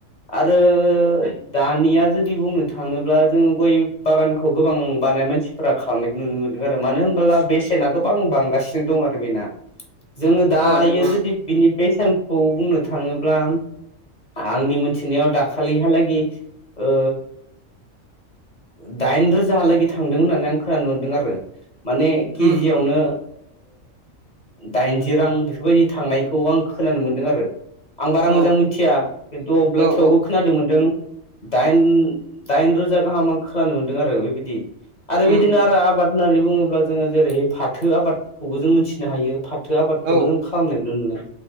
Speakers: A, on the left; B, on the right.
A: आरो दानिया जुदि बुंनो थाङोब्ला जोङो गय बागानखौ गोबां बानाय मानसि खालामनायखौ नुनो मोन्दों आरो मानो होनबोला बेसेनाखौबो आं बां गासिनो दं आरो बेना जोङो दायो
B: औ नंगौ
A: जुदि बिनि बेसेन खौ बुंनो थाङोब्ला आंनि मोनथिनायाव दाखालिहालागि ओ दाइन रोजालागि थांदों होननानै आं खोनानो मोनदों आरो माने केजियावनो
B: उम उम उम
A: दाइनजि रां बेफोरबायदि थांनायखौ आं खोनानो मोनदों आरो आं बारा
B: औ
A: मोजां मोनथिया खिन्थु अब्ला
B: औ
A: थेवबो
B: औ
A: खोनादों मोनदों दाइन दाइन रोजा गाहाम आं खोनानो मोनदों आरो बेबायदि आरो
B: उम
A: बिदिनो
B: उम
A: आरो आबाद होननानै बुङोब्ला जोङो जेरैहाय फाथो आबादफोरखौबो जों मोनथिनो हायो फो फाथो आबादखौबो
B: औ
A: जों खालामनाय नुनो मोनो